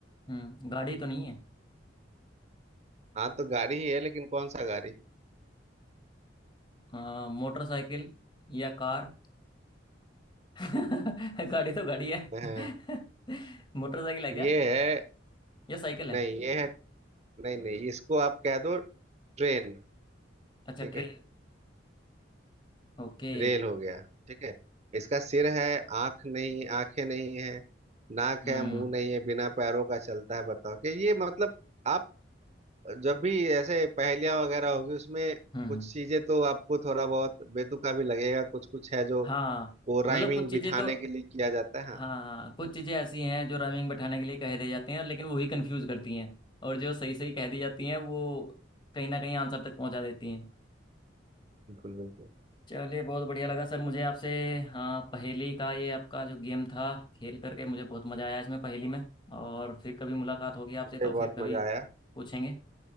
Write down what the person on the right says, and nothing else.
हाँ तो गाड़ी ही है लेकिन कौन सा गाड़ी
हाँ,
ये है
नहीं ये है नहीं नहीं इसको आप कह दो ट्रेन
ठीक
है
रेल हो गया ठीक है इसका सिर है आंख नहीं आंखें नहीं है नाक
है मुंह नहीं है बिना पैरों का चलता है बताओ कि ये मतलब आप जब भी ऐसे पहेलियां वगैरह होगी उसमें
कुछ चीजें तो आपको थोड़ा बहुत बेतुका भी लगेगा कुछ कुछ है जो
वो
राइमिंग
बिठाने
के लिए किया जाता है हाँ
बिल्कुल बिल्कुल
मुझे
बहुत
मजा आया